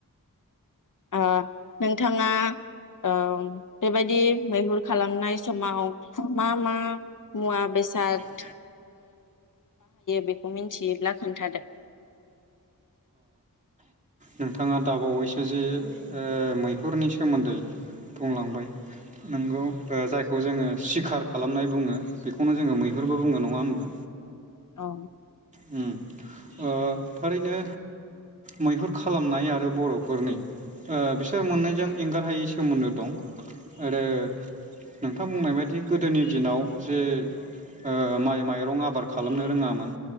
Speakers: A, on the left; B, on the right.
A: ओ नोंथाङा ओ बेबायदि मैहुर खालामनाय समाव मा-मा मुवा बेसाद
B: अ
A: बेखौ मिन्थियोब्ला खोन्थादो।
B: नोंथाङा दाबावैसो जे ओ मैहुरनि सोमोन्दै बुंलांबाय नोंगौ जायखौ जोंङो सिखार खालामनाय बुंङो बेखौनो जोंङो मैहुर फोरबो बुङो नङा होमबा
A: औ
B: अम ओ थारैनो मैहुर खालामनाय आरो बर'फोरनि ओ बिसोर मोननैजों एंगार हायि सोमोन्दो दं आरो नोंथां बुंनाय बायदि गोदोनि दिनाव जे ओ माइ माइरं आबाद खालामनो रोंङामोन